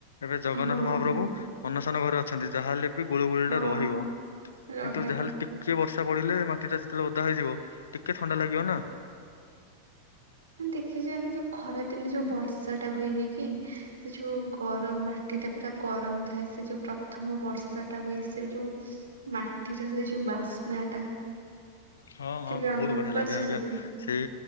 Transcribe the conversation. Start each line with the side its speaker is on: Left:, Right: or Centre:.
Left: ଏବେ ଜଗନ୍ନାଥ
Right: ହଁ
Left: ମହାପ୍ରଭୁ ଅନଶନ ଘରେ ଅ ଛନ୍ତି ଯାହା ହେଲେ ବି ଗୁଳୁ ଗୁଳି
Right: ହଁ
Left: ଟା ରହିବ,
Right: ରହିବ।
Left: କିନ୍ତୁ ଯା ହେଲେ ଟିକେ ବର୍ଷ ପଡ଼ିଲେ ମାଟି ଟା ଯେତେବେଳେ ଓଦା ହେଇଯିବ ଟିକେ ଥଣ୍ଡା ଲାଗିବ ନା।
Right: ଦେଖିଚନ୍ତି ଯୋଉ ଖରାଦିନେ ଯୋଉ ବର୍ ବର୍ଷା ଟା ହୁଏନି କି ସେ ଯୋଉ ଗରମ ମାଟି ଟା ପୁରା ଗରମ ଥାଏ ସେ ଯୋଉ ପ୍ରଥମ ବ ବର୍ଷା ଟା ହୁଏ ସେ ଯୋଉ ମାଟିର ସେଇ ଯୋଉ ବାସ୍ନା ଟା।
Left: ହଁ ହଁ
Right: କେବେ
Left: ବହୁତ
Right: ଅନୁଭବ
Left: ବଢିଆ
Right: କରିଛନ୍ତି?
Left: ଲାଗେ ଆଜ୍ଞା ସେଇ